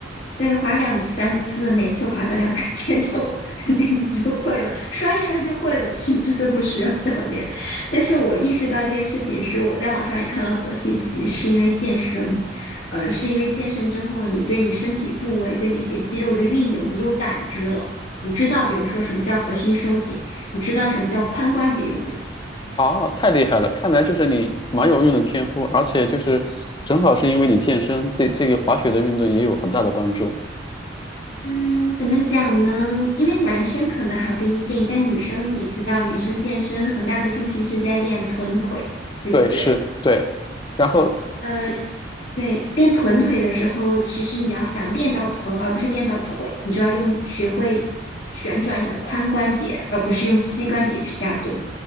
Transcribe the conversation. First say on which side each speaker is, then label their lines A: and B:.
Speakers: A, on the left; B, on the left.
A: 对，划两三次，每次划个两三天就 <laughs> 你就会了，摔一摔就会了。其实你真的不需要教练。但是我意识到这件事情是我在网上也看了很多信息，是因为健身，呃，是因为健身之后，你对你身体部位、对哪些肌肉的运用，你有感知了，你知道，比如说什么叫核心收紧，你知道什么叫髋关节用力。
B: 啊，太厉害了，看来就是你蛮有运动天赋，而且就是正好是因为你健身，对这个滑雪的运动也有很大的帮助。
A: 嗯，怎么讲呢？因为男生可能还不一定，但女生你知道，女生健身很大的重心是在练臀腿，对不对？
B: 对，是，对，然后，
A: 呃，对，练臀腿的时候，其实你要想练到臀，而不是练到腿，你就要用学会旋转你的髋关节，而不是用膝关节去下蹲。